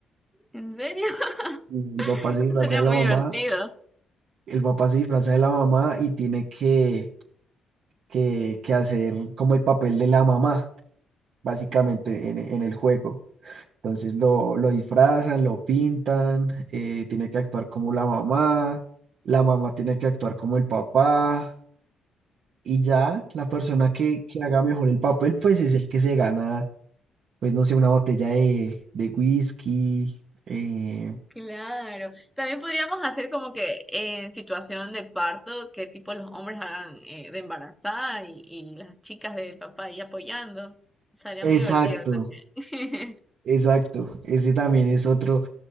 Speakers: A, in the centre; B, on the right.
A: ¿en serio? <laughs>
B: El papá se
A: Eso
B: disfraza
A: sería
B: de
A: muy
B: la mamá,
A: divertido.
B: el papá se disfraza de la mamá y tiene que, que, que hacer como el papel de la mamá, básicamente, en, en el juego. Entonces lo, lo disfrazan, lo pintan, eh, tiene que actuar como la mamá, la mamá tiene que actuar como el papá y ya la persona que, que haga mejor el papel, pues es el que se gana, pues no sé, una botella de, de whisky. eh,
A: Claro. También podríamos hacer como que en situación de parto, que tipo los hombres hagan eh, de embarazada y, y las chicas del papá ahí apoyando. Sería
B: exacto.
A: muy divertido también. <laughs>
B: Exacto, ese también es otro,